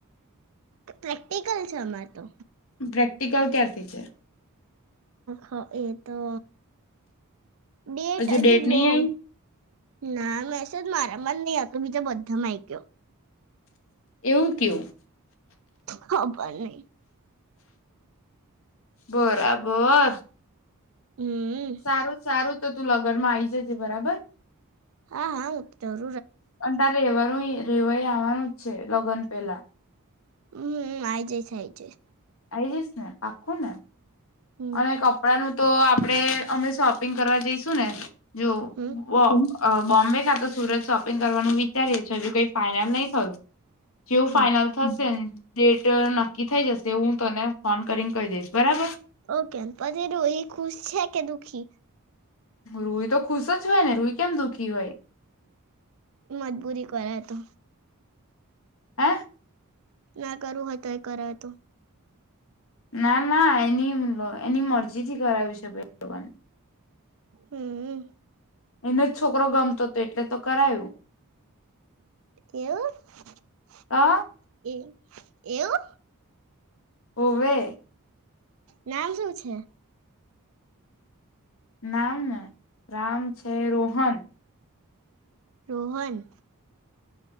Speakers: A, on the right; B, on the left.
A: પ્રેક્ટિકલ છે અમારે તો
B: પ્રેક્ટિકલ ક્યારથી છે.
A: હા એ તો ડેટ
B: હજુ
A: આજી બહુજ
B: નહી આઈ
A: ના મેસેજ મારામાર નહી હતો. બીજાબંધા મા આઈ ગયો
B: એવું કેવું?
A: હા ભ નહી <inaudible>
B: બરાબર!
A: હમ
B: સારું સારું! તો તું લગનમાં આવી જજે બરાબર.
A: હા હા તો
B: અન્ટારે એવા રેવાઈ આવવાનું જ છે. લગ્ન પેલા!
A: હમ આ જય <unintelligible> આય જ
B: આઇ જઈસ ને? આખોને?
A: હમ
B: અને કપડાનું તો આપણેે, અમે શોપિંગ કરવા જઈશું ને જો
A: હમ
B: વ અ બોમ્બે કાતો સુરત શોપિંગ કરવાનું વિચારીએ છી. હજુ કઈ ફાઈનલ નહી થયું. જેવુ
A: હમ
B: ફાઈનલ થશેને ડેટ નક્કી થઈ જશે. હું તને ફોન કરીને કહી દઈશ. બરાબર!
A: ઓકે પછી રુઈ એ ખુશ છે કે દુઃખી
B: રૂઈ તો ખુશ જ હોય ને. રૂઈ કેમ દુઃખી? હોય
A: હમ <inaudible> મજબૂરી કરા તો
B: હે?
A: ના કરું હોય તો એ કરાવ તો.
B: ના ના એની એની મરજીથી કરાવી છે. બેને
A: હમમમ!
B: એને જ છોકરો ગમતો હતો. એટલે તો કરાયું.
A: <unintelligible> કેવું <unintelligible>
B: તો
A: એ એવું?
B: હોવે.
A: નામ શું છે?
B: નામને. નામ છે રોહન.
A: રોહન!